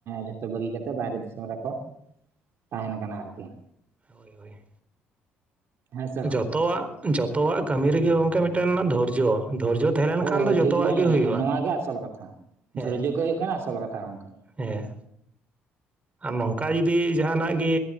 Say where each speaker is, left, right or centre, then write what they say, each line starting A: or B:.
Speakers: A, on the right; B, on the right.
A: ᱡᱚᱛᱚ ᱵᱟᱹᱜᱤ ᱠᱟᱛᱮᱜ ᱵᱟᱦᱦᱨᱮ ᱫᱤᱥᱚᱢ ᱨᱮᱠᱚ ᱛᱟᱦᱮᱱ ᱠᱟᱱᱟ ᱟᱨᱠᱤᱱ
B: ᱦᱳᱭ ᱦᱳᱭ
A: ᱦᱮᱸ ᱥᱮ ᱵᱟᱝ
B: ᱡᱚᱛᱚᱣᱟᱜ ᱡᱚᱛᱚᱣᱟᱜ ᱠᱟᱹᱢᱤ ᱨᱮᱜᱮ ᱜᱚᱝᱠᱮ ᱢᱤᱫᱴᱮᱱ ᱫᱷᱳᱨᱡᱚ ᱫᱷᱳᱨᱡᱚ ᱛᱟᱦᱮᱸ
A: ᱦᱳᱭ
B: ᱞᱮᱱᱠᱷᱟᱱ ᱫᱚ ᱡᱚᱛᱚᱣᱟᱜ
A: ᱴᱷᱤᱠ ᱵᱮᱱ
B: ᱜᱮ
A: ᱞᱟᱹᱭ
B: ᱦᱩᱭᱩᱜᱼᱟ
A: ᱟᱠᱟᱫ ᱱᱚᱣᱟ ᱜᱮ ᱟᱥᱚᱞ ᱠᱟᱛᱷᱟ
B: ᱦᱮᱸ
A: ᱫᱷᱳᱨᱡᱚ ᱜᱮ ᱦᱩᱭᱩᱜ ᱠᱟᱱᱟ ᱟᱥᱚᱞ ᱠᱟᱛᱷᱟ ᱜᱚᱝᱠᱮ
B: ᱦᱮᱸ ᱟᱨ ᱱᱚᱝᱠᱟ ᱡᱩᱫᱤ ᱡᱟᱦᱟᱱᱟᱜ ᱜᱮ